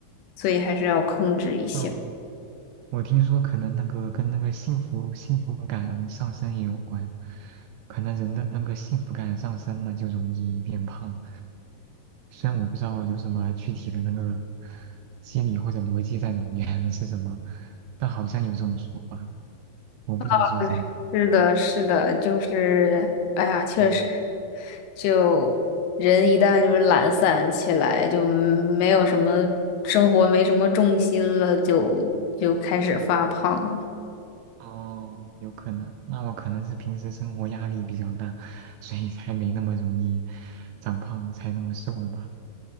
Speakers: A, on the left; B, on the right.
A: 所以还是要控制一下。
B: 嗯，我听说可能那个跟那个幸福幸福感上升也有关，可能人的那个幸福感上升了就容易变胖。虽然我不知道有什么具体的那个机理或者逻辑在里面 <laughs> 那是什么，但好像有这种说法，我不知道是不是真的。
A: <laughs> 嗯是的，是的，就是，哎呀，确实，
B: 嗯。
A: 就人一旦就是懒散起来，就没有什么生活，没什么重心了，就就开始发胖了
B: 哦，有可能。那我可能是平时生活压力比较大，所以才没那么容易长胖，才那么瘦吧。